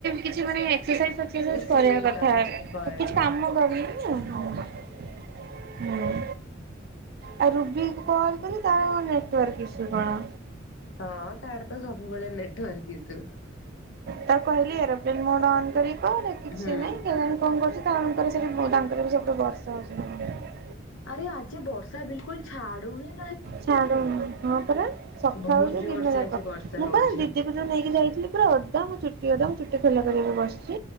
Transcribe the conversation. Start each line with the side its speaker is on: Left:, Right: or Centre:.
Right: କିଛି ମାନେ ଏକ୍ସସାଇଜ ସଚ
Left: ସେଇ
Right: କରିବା କଥା
Left: ତ କିଛି ବି କରନି
Right: କିଛି କାମ କରୁନି ନା ହଁ ଆଉ ରୁବି କୁ କଲ କରି ତାର କଣ ଇସୁ କଣ?
Left: ହଁ ତାର ତ ସବୁବେଳେ ନେଟୱର୍କ ଈଶୁ।
Right: ତାକୁ କହିଲି ଏରୋପ୍ଲେନ ମୋଡ ଅନ୍ କରି କରେ କିଛି
Left: ହୁଁ।
Right: ନାଇଁ କଣ କରୁଛି ତାଙ୍କର ସେଠି ତାଙ୍କର ବି ସେପଟେ ବର୍ଷା ହଉଛି
Left: ଆରେ ଆଜି ବର୍ଷା ବିଲକୁଲ ଛାଡୁନି
Right: ଛାଡୁନି ହଁ ପରା ସକାଳୁ
Left: ବହୁତ
Right: ଉଛି
Left: ଜୋର
Right: ଦିନ
Left: ସେ
Right: ଯାକ
Left: ଆଜି ବର୍ଷା
Right: ମୁଁ
Left: ହଉଛି।
Right: ପା ଦିଦ ନେଇକି ଯାଇଥିଲି ପୁରା ଓଦା ମୁଁ ଚୁଟି ଓଦା ମୁଁ ଚୁଟି ଖୋଲା କରିକି ବସିଛି।